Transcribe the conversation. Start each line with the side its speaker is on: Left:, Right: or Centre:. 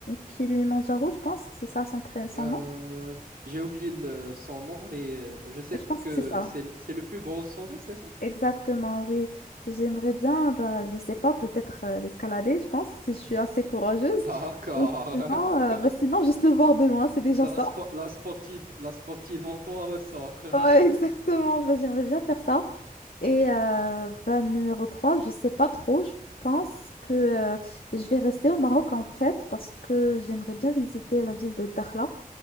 Left: Kilimanjaro, je pense que c'est ça son, pré- son
Right: Euh,
Left: nom.
Right: j'ai oublié le- son nom, mais euh, je sais
Left: Je pense
Right: que
Left: que c'est ça.
Right: c'est, le- c'est le plus gros sommet, c'est ça?
Left: Exactement, oui. J'aimerais bien, bah, je sais pas, peut-être euh, l'escalader, je pense, si je suis assez courageuse.
Right: D'accord.
Left: Ou sinon, euh,
Right: <laughs>
Left: bah, sinon, juste le voir de loin, c'est déjà
Right: La,
Left: ça.
Right: spo- la sportive, la sportive en toi ressort. <laughs>
Left: Ouais, <laughs> exactement, bah, j'aimerais bien faire ça. Et euh, ben, numéro trois je sais pas trop. Je pense que euh, je vais rester au Maroc en fait parce que j'aimerais bien visiter la ville de Dakhla